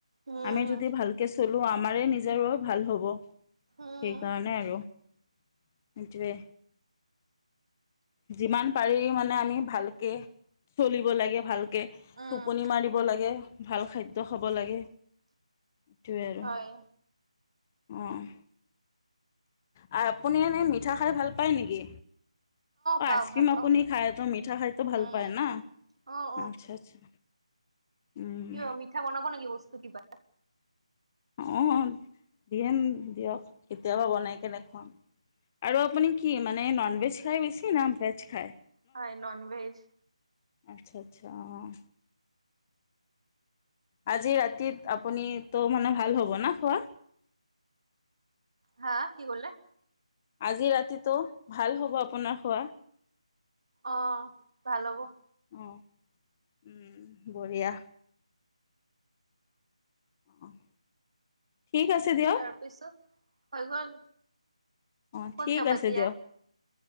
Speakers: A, on the right (about 55°); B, on the left (about 20°).
A: উম
B: আমি যদি ভালকে চলো আমাৰে নিজৰো ভাল হ'ব।
A: উম
B: সেইকাৰণে, সেইটোয়ে, যিমান পাৰি মানে আমি ভালকে চলিব লাগে। ভাল কে
A: উম
B: টোপনি মাৰিব লাগে ভাল খাদ্য খাব লাগে। এইটোৱে আৰু
A: হয়
B: অ', আৰু আপুনি এনেই মিঠা খাই ভাল পায় নেকি? অ',
A: পাও
B: আইচক্ৰিম
A: ভাল পাও
B: আপুনি খায় তো মিঠা খাইতো ভাল
A: উম
B: পায় ন?
A: অ অ
B: আচ্ছা, আচ্ছা, উম।
A: কিয়? মিঠা বনাব নেকি বস্তু কিবা,
B: অ' দিম দিয়ক কেতিয়াবা বনাই কেনে খুৱাম। আৰু আপুনি কি মানে নন ভেজ খাই বেছি? না ভেজ খায়।
A: হয় নন ভেজ।
B: আচ্ছা আচ্ছা অ', আজি ৰাতিত আপুনি তো মানে ভাল হ'ব ন? খোৱা,
A: হা কি ক'লা?
B: আজি ৰাতিটো ভাল হ'ব আপোনাৰ খোৱা,
A: অ ভাল হ'ব।
B: অ', উম' বঢ়িয়া। অ' ঠিক আছে দিয়ক।
A: তাৰপিছত হৈ গ'ল?
B: অ
A: ক'ত
B: ঠিক
A: যাব
B: আছে
A: এতিয়া
B: দিয়ক